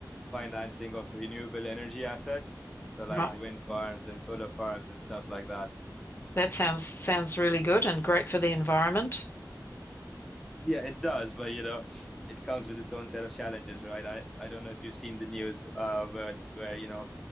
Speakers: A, in the centre; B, on the left (about 30°).
A: financing of renewable energy assets. So like
B: Right.
A: wind farms and solar farms and stuff like that.
B: That sounds sounds really good and great for the environment.
A: Yeah, it does, but you know, it comes with its own set of challenges, right? I, I don't know if you've seen the news uh, where where you know